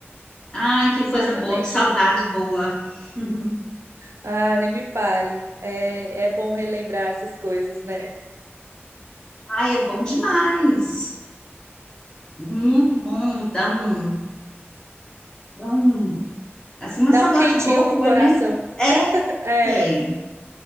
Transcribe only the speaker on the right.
exatamente.
Ah, nem me fale. É, é bom relembrar essas coisas, né?
Dá
um quentinho
no coração.
<laughs> É,